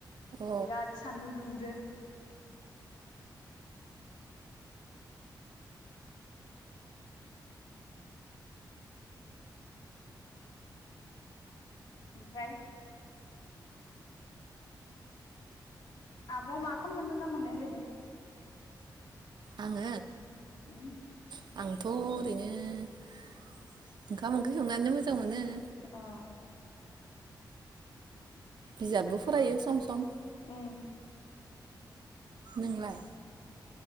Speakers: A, on the right (about 65°); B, on the left (about 85°).
A: औ
B: बिराद सान्दुं दुंदो। <inaudible> ओमफ्राय आब' मा खालामना मोजां मोनो ओरैनो।
A: आङो
B: उम।
A: आंथ'
B: अ
A: बिजाबबो फरायो सम सम
B: उ।
A: नोंलाय